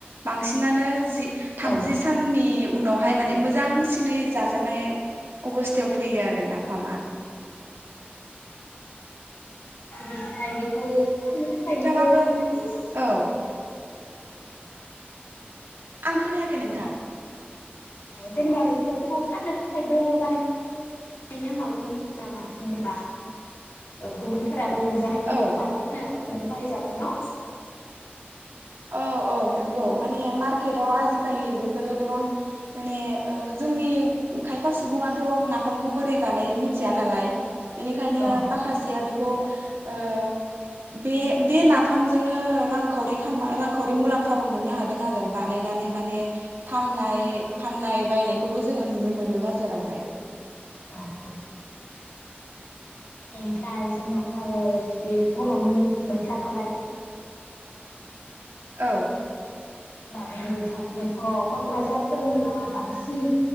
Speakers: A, on the right (about 80°); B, on the left (about 80°).
A: बांसिनानो जि थामजि
B: औ
A: साननि उनावहाय माने मोजांसिनै जाजानाय अबस्थायाव फैयो आरो नाफामा।
B: ओमफ्राय बेखौ फाननो थाखायबो
A: नोंथाङाबो
B: बाहायनो हायो।
A: औ आं खोनायाखै नोंथां।
B: जेनेबा बेफोरखौ फाननो थाखायबो बानायनो हागोन नामा जेनेबा ओ गुबुनफोराबो मोनजानायनि
A: औ
B: थाखाय। बाहाय जागोन न'।
A: औ औ नंगौ माने मार्केटाव आजिखालि बेफोरो गोबां माने ओ जोंनि खायफा सुबुङाथ' नाफामखौ बोरै बानायो मिथिया नालाय। बेनिखायनो
B: औ
A: माखासेया बेखौ ओ बे बे नाफामजोंनो रांखावरि <unintelligible> रांखावरि मुलाम्फाबो मोननो हादों आरो बानायनानै माने फाननाय फाननाय बायनायखौबो जोङो नु नुनो मोनो बाजारावहाय।
B: <inaudible> बेनिफ्राय जोंनाथ' आरो बे बर'नि मैथा थाबाय
A: औ।
B: हबामलु थाखबोथ' क'क्राझारफोरनिया बांसिन